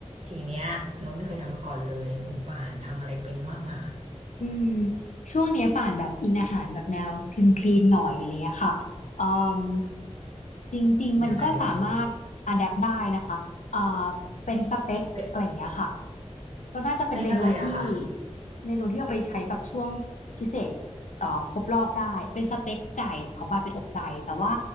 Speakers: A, on the right; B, on the left.
A: ทีเนี้ยนุชไม่เคยทำมาก่อนเลยคุณปานทำอะไรเป็นมั่งอ่ะ
B: อืมช่วงเนี้ยป่านแบบอินอาหารแบบแนวคลีนคลีนหน่อยอะไรเงี้ยค่ะอืมจริงๆมันก็สามารถอะแดปได้นะคะอ่าเป็นสเต็กอะไรอย่างเงี้ยค่ะ
A: ยังไงดีเป็น
B: ก็น่าจะเป็นเมนูที่
A: สเต็กอะไรอะค่ะ
B: เมนูที่เอาไปใช้แบบช่วงพิเศษเอ่อครบรอบได้เป็นสเต็กไก่เขาบาดเป็นอกไก่แต่ว่า